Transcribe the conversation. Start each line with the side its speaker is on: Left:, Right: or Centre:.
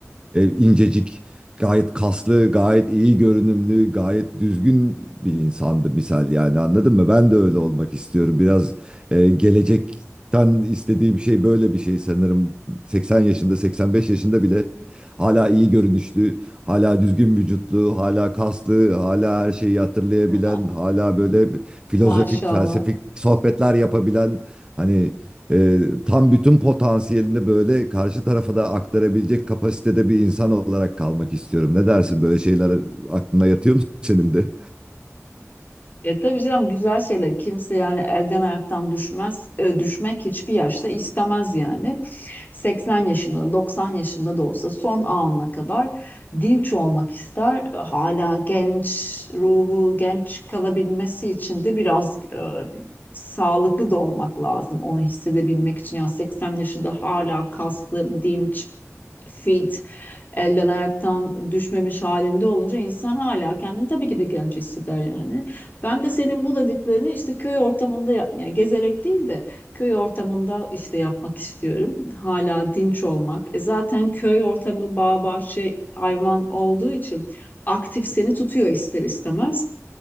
Right: e, incecik, gayet kaslı, gayet iyi görünümlü, gayet düzgün bir insandı misal yani anladın mı? Ben de öyle olmak istiyorum. Biraz e, gelecekten istediğim şey böyle bir şey sanırım. 80 yaşında, 85 yaşında bile hala iyi görünüşlü, hala düzgün vücutlu, hala kaslı, hala her şeyi hatırlayabilen,
Left: <laughs>
Right: hala böyle filozofik,
Left: Maşallah.
Right: felsefik sohbetler yapabilen Hani e, tam bütün potansiyelini böyle karşı tarafa da aktarabilecek kapasitede bir insan olarak kalmak istiyorum. Ne dersin böyle şeyler aklına yatıyor mu senin de?
Left: Ya tabii canım güzel şeyler. Kimse yani elden ayaktan düşmez. e, düşmek hiçbir yaşta istemez yani. seksen yaşında, 90 yaşında da olsa son anına kadar dinç olmak ister. E, Hala genç ruhu, genç kalabilmesi için de biraz e, sağlıklı da olmak lazım onu hissedebilmek için. Yani 80 yaşında hala kaslı, dinç, fit elden ayaktan düşmemiş halinde olunca insan hala kendini tabii ki de genç hisseder yani. Ben de senin bu dediklerini işte köy ortamında yap- yani gezerek değil de köy ortamında işte yapmak istiyorum. Hala dinç olmak. E zaten köy ortamı bağ bahçe hayvan olduğu için aktif seni tutuyor ister istemez.